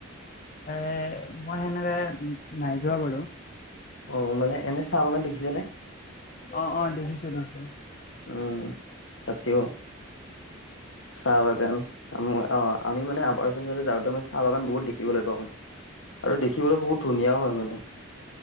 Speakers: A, on the left; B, on the left.
A: এ মই সেনেকে নাই যোৱা বাৰু
B: অ মানে এনে চাহ বাগান দেখিছানে
A: অ অ দেখিছ দেছ
B: উম সতও চাহ বাগান আ মই অ' আমি মানে আপাৰ আসাম যাওঁতে মই চাহ বাগান বহুত দেখিবলৈ পাওঁ মানে, আৰু দেখিবলৈ বহুত ধুনীয়াওঁ হয় মানে।